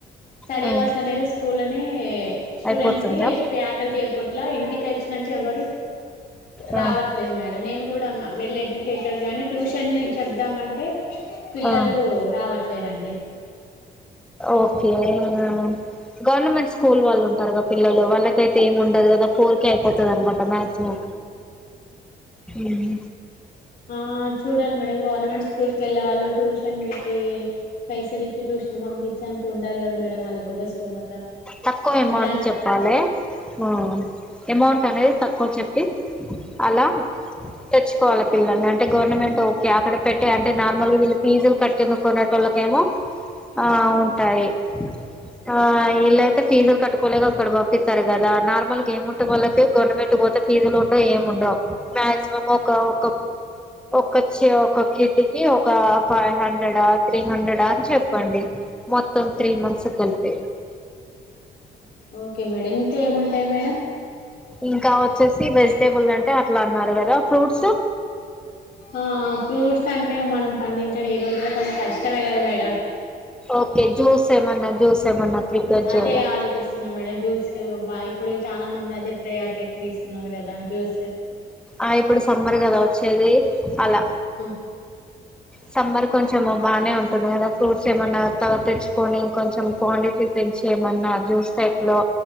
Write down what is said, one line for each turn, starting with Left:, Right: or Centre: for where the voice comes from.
Left: స్టడీ
Centre: ఆ
Left: అవర్స్ అనేది స్కూల్నే స్టూడెంట్స్
Centre: అయిపోతుందా
Left: కి ఫ్యాకల్టీ ఎప్పట్లా ఇంటికి వచ్చిన్నాక కేవరు
Centre: ఆ
Left: రావ మేడం నేను కూడా వెల్ ఎడ్యుకేటెడ్ గాని ట్యూషన్ చెప్దామ్ అంటే పిల్లలు
Centre: ఆ
Left: రావట్లేరాండి.
Centre: ఓకే మ్మ్ గవర్నమెంట్ స్కూల్ వాళ్ళు ఉంటారు గా పిల్లలు వాళ్ళకైతే ఏమి ఉండదు కదా ఫోర్ కే అయిపోతది అనుకుంట మాక్సిమం ఉమ్
Left: ఆ చూడాలి మేడం గవర్నమెంట్ స్కూల్ కి వెళ్ళే వాళ్ళు ట్యూషన్ పెట్టి పైసలు ఇచ్చి టూ షన్ పంపించే అంత ఉండాలి కదా మేడమ్ వాళ్ళకి కూడా స్తోమత
Centre: తక్కువ అమౌంట్
Left: అట్లాంట
Centre: చెప్పలే హ్మ్ అమౌంట్ అనేది తక్కువ చెప్పి అలా తెచ్చుకోవాలి పిల్లల్ని అంటే గవర్నమెంట్ అయితే ఓకే అక్కడ పెట్టే అంటే నార్మల్గా వీళ్ళ ఫీజు కట్టేను కోనేటోళ్ళుకు ఏమో ఆ ఉంటాయి ఆ ఇలా అయితే ఫీజులు కట్టుకోలేక అక్కడ పంపిస్తారు కదా నార్మల్గా ఏం ఉంటే వాళ్ళకి గవర్నమెంట్ పోతే ఫీజులు ఉండవ్ ఏముండవ్ డవ్ మాక్సిమం ఒక ఒక ఒకొచ్చి ఒక్కొక్క ఇంటికి ఒక ఫైవ్ హండ్రెడా త్రీ హండ్రెడా అని చెప్పండి మొత్తం త్రీ మంత్స్ కి గలిపి
Left: ఓకే మేడం ఇంకా ఏముంటాయి మేడం
Centre: ఇంకా వచ్చేసి వెజిటేబుల్ అంటే అట్లా అన్నారు కదా ఫ్రూట్స్
Left: ఆ ఫ్రూట్స్ సంటే మనం పండించడం ఈ రోజుల్లో కొంచెం కష్టమే కదా మేడం
Centre: ఓకే జ్యూస్ ఏమన్నా జ్యూస్ ఏమన్నా ప్రిపేర్
Left: అదే
Centre: చేయాలి
Left: ఆలోచిస్తున్నా మేడం జ్యూస్ బా ఇప్పుడు చాలా మంది అదే ప్రయారిటీ ఎక్కువ ఇస్తున్నారు కదా జ్యూస్
Centre: ఆ ఇప్పుడు సమ్మర్ కదా వచ్చేది అలా
Left: ఉమ్.
Centre: సమ్మర్ కొంచము బానే ఉంటుంది కదా ఫ్రూట్స్ ఏమన్నా త తెచ్చుకొని కొంచెం క్వాంటిటీ పెంచి ఏమన్నా జ్యూస్ టైపులో